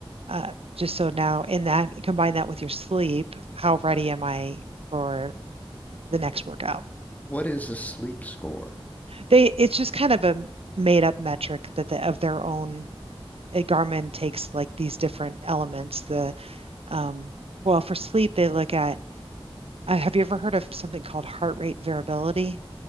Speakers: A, on the right (about 85°); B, on the left (about 15°).
A: uh, just so now in that, combine that with your sleep, how ready am I for the next workout?
B: What is a sleep score?
A: They, it's just kind of a made up metric that the, of their own. uh, Garmin takes like these different elements, the um, well, for sleep, they look at, uh, have you ever heard of something called heart rate variability?